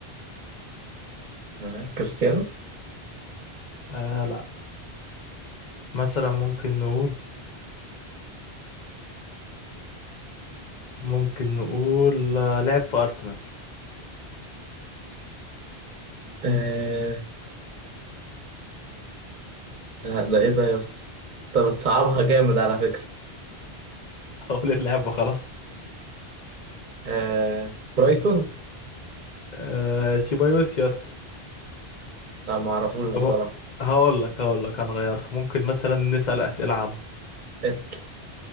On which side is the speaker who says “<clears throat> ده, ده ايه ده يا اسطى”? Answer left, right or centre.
Right